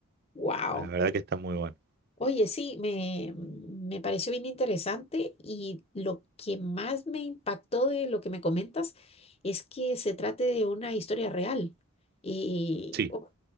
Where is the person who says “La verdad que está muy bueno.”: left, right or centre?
Right